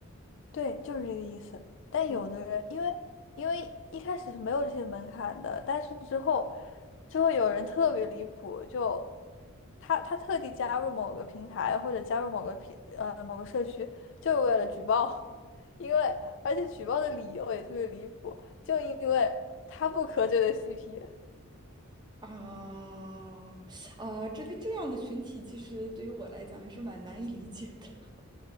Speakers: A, on the left; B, on the right.
A: 对，就是这个意思。但有的人，
B: 哦
A: 因为因为一开始是没有这些门槛的，但是之后之后有人特别离谱，就他他特地加入某个平台或者加入某个平呃某个社区，就是为了举报，<laughs> 因为而且举报的理由也特别离谱，就因为他不磕这对 CP，
B: 啊啊，这个这样的群体，其实对于我来讲还是蛮难以理解的。